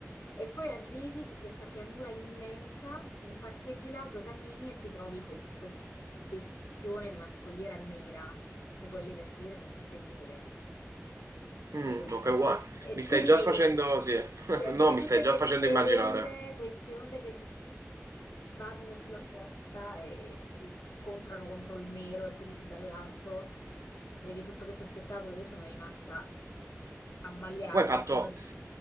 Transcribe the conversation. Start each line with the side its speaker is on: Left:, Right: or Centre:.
Left: E poi arrivi su questa pianura immensa, parcheggi l'auto, cammini e ti trovi questo bestione di una scogliera nera, perché poi lì le scogliere sono tutte nere. Cioè,
Right: Mm,
Left: proprio non-
Right: ok, guarda,
Left: E
Right: mi
Left: quindi
Right: stai già
Left: vedi,
Right: facendo, sì, <laughs>
Left: cioè, vedi
Right: no, mi
Left: tutte
Right: stai già
Left: queste
Right: facendo immaginare.
Left: onde, queste onde che si s- vanno sulla costa e si scontrano contro il nero e quindi tu dall'alto vedi tutto questo spettacolo. Io sono rimasta ammaliata.
Right: Poi hai fatto,
Left: Sono...